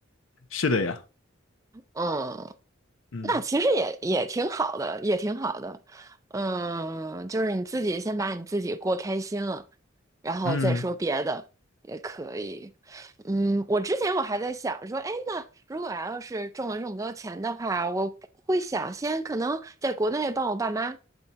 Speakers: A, on the left (about 85°); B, on the right (about 15°).
A: 是的呀，
B: 嗯，
A: 嗯
B: 那其实也也挺好的，也挺好的。嗯，就是你自己先把你自己过开心了，然后再说别的也可以。
A: 嗯
B: 嗯，我之前我还在想说，哎，那如果要是中了这么多钱的话，我会想先可能在国内帮我爸妈，